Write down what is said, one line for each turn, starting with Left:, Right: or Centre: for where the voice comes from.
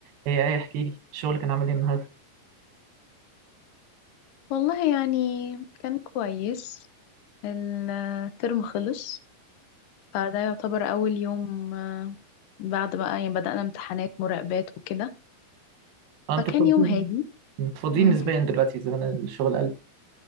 Right: ايه ايه احكي لي الشغل كان عامل ايه النهارده
Left: والله يعني كان كويس الترم خلص فده يعتبر أول يوم آه، بعد بقى يعني بدأنا امتحانات مراقبات وكده
Right: اه انتوا
Left: فكان
Right: فاضيين
Left: يوم هادي
Right: انتوا فاضيين
Left: مم.
Right: نسبيا دلوقتي زمان الشغل قل